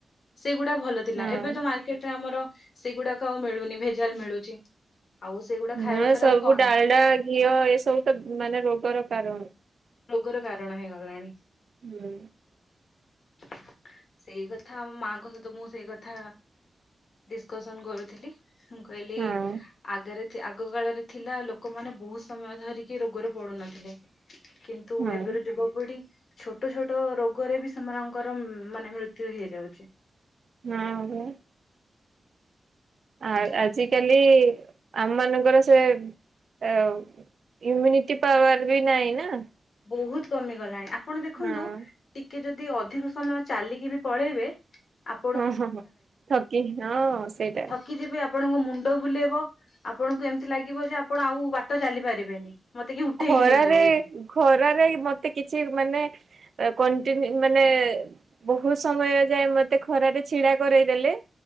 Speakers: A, on the left (about 65°); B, on the right (about 55°).
A: ସେଗୁଡା ଭଲ ଥିଲା
B: ହଁ
A: ଏବେ ତ ମାର୍କେଟ ରେ ଆମର ସେଇଗୁଡ଼ାକ ଆଉ ମିଳୁନି ଭେଜାଲ ମିଳୁଛି ଆଉ ସେଗୁଡ଼ା ଖାଇବା
B: ହଁ
A: ତାଆର
B: ସବୁ
A: ଆଉ କଣ?
B: ଡାଲଡା ଘିଅ ଏସବୁ ତ ମାନେ ରୋଗର କାରଣ
A: ରୋଗର କାରଣ ହେଇଗଲାଣି।
B: ହୁଁ।
A: <unintelligible> ସେଇ କଥା ଆମ ମାଙ୍କ ସହିତ ମୁଁ ସେଇ କଥା ଡିସକସନ୍ କରୁଥିଲି। ମୁଁ କହିଲି
B: ହଁ
A: ଆଗରେ ଆଗ କାଳରେ ଥିଲା ଲୋକମାନେ ବହୁତ ସମୟ ଧରିକି ରୋଗରେ ପଡୁନଥିଲେ। କିନ୍ତୁ
B: ହଁ
A: ଏବେର ଯୁଗପିଢ଼ି ଛୋ ଛୋଟ ଛୋଟ ରୋଗରେ ବି ସେମାନଙ୍କର ମାନେ ମୃତ୍ୟୁ ହେଇଯାଉଛି।
B: <unintelligible> ଆ
A: ସେଇ
B: ଆଜିକାଲି ଆମ ମାନଙ୍କର ସେ ଏ ଇମ୍ୟୁନିଟି ପାୱାର ବି ନାହିଁ ନା।
A: ବହୁତୁ କମିଗଲାଣି ଆପଣ ଦେଖନ୍ତୁ।
B: ହଁ ହଁ
A: ଟିକେ ଯଦି ଅଧିକ ସମୟ ଚାଲିକି ବି ପଳେଇବେ ଆପଣ।
B: ହଁ, ହଁ, ହଁ ଥକି ହଁ ସେଇଟା।
A: କି ଯେବେ ଆପଣଙ୍କ ମୁଣ୍ଡ ବୁଲେଇବ ଆପଣଙ୍କୁ ଏମିତି ଲାଗିବ ଯେ ଆପଣ ଆଉ ବାଟ ଚାଲିପାରିବେନି। ମତେ କିଏ ଉଠେଇ
B: ଖରାରେ
A: କି ନେଇ ଯାଉ ଏଇନେ।
B: ଖରାରେ ମତେ କିଛି ମାନେ କନ ତିନି ମାନେ। ବହୁତୁ ସମୟ ଯାଏ ମତେ ଖରାରେ ଛିଡା କରେଇ ଦେଲେ।